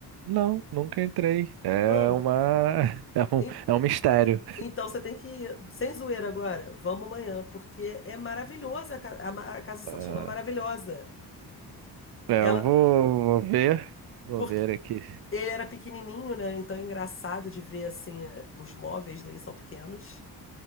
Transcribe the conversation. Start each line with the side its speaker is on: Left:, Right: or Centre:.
Right: Não, nunca entrei. É
Left: Mano,
Right: uma. <laughs> É um,
Left: en-
Right: é um mistério.
Left: então você tem que ir. Sem zoeira agora, vamos amanhã, porque é maravilhosa. A ca- a ma- a casa Santos
Right: É.
Left: Dumont é maravilhosa.
Right: É,
Left: Ela.
Right: eu vou, vou ver. Vou
Left: Porque
Right: ver aqui.
Left: ele era pequenininho, né? Então é engraçado de ver assim, eh, os móveis dele são pequenos.